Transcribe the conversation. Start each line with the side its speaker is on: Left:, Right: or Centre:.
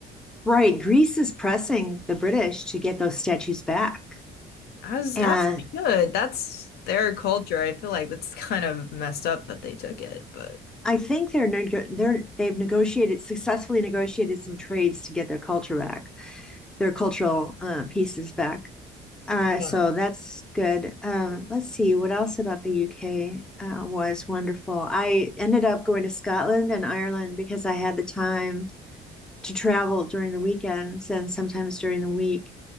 Centre: Right. Greece is pressing the British to get those statues back.
Left: As
Centre: And
Left: as they should. That's their culture. I feel like that's <laughs> kind of messed up that they took it, but
Centre: I think they're, they're they've negotiated successfully negotiated some trades to get their culture back, their cultural uh, pieces back. Uh,
Left: yeah.
Centre: so that's good. Um, let's see what else about the UK uh, was wonderful. I ended up going to Scotland and Ireland because I had the time to travel during the weekends and sometimes during the week.